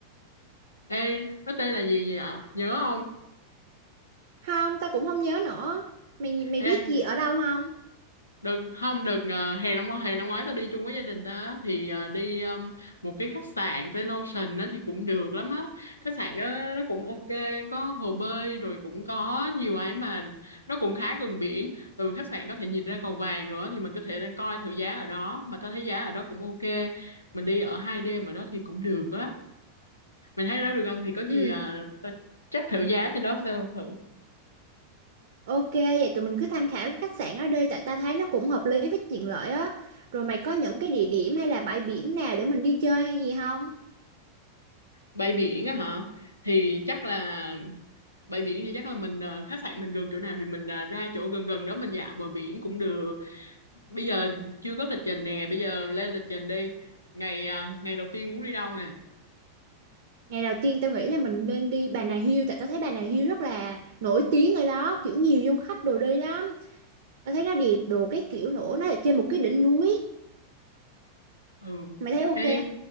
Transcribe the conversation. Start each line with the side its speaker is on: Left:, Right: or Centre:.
Left: ê nó tên là gì vậy ạ nhớ không
Right: không tao cũng không nhớ nữa mày mày
Left: ê
Right: biết gì ở đâu không
Left: đừng không được ờ, hè năm ngoái hè năm ngoái tao đi chung với gia đình tao á, thì ờ, đi um, một cái khách sạn tên Ocean đó thì cũng được lắm á khách sạn đó nó cũng ok có hồ bơi rồi cũng có nhiều ấy mà nó cũng khá gần biển từ khách sạn có thể nhìn ra cầu vàng rồi á, thì mình có thể đang coi thử giá ở đó mà tao thấy giá ở đó cũng ok mình đi ở hai đêm ở đó thì cũng được á mày thấy đó được không thì có gì
Right: ừ
Left: ờ, tao chắc thử giá trên đó xem thử
Right: ok vậy tụi mình cứ tham khảo cái khách sạn ở đây tại ta thấy nó cũng hợp lý với tiện lợi á rồi mày có những cái địa điểm hay là bãi biển nào để mình đi chơi hay gì không
Left: bay biển á hả thì chắc là bãi biển thì chắc là mình ờ, khách sạn mình gần chỗ nào thì mình ờ, ra chỗ gần gần đó mình dạo bờ biển cũng được bây giờ chưa có lịch trình nè bây giờ lên lịch trình đi ngày ờ, ngày đầu tiên muốn đi đâu nè
Right: ngày đầu tiên tao nghĩ là mình nên đi Bà Nà Hills tại tao thấy Bà Nà Hills rất là nổi tiếng ở đó kiểu nhiều du khách đồ đi lắm tao thấy nó đẹp đồ cái kiểu nữa nó ở trên một cái đỉnh núi
Left: ừ
Right: mày thấy ok
Left: Ê,